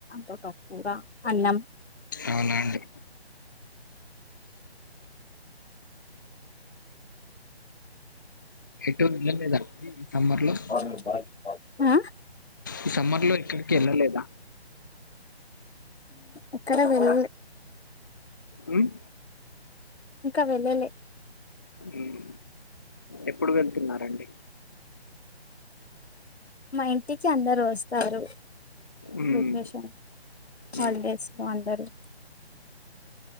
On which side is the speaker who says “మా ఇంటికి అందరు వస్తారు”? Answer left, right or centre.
Left